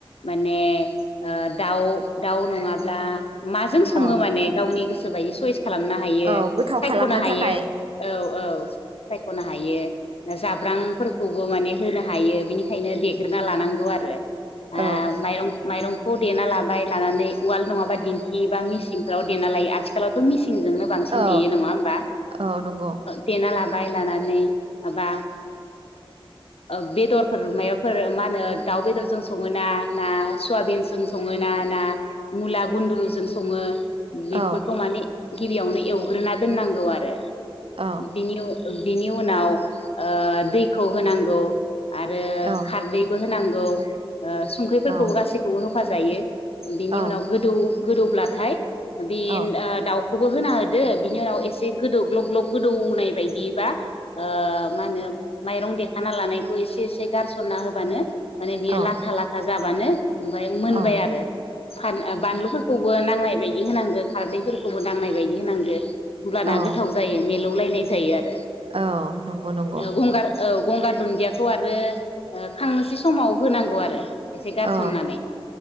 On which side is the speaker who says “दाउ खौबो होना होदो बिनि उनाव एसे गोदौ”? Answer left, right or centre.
Left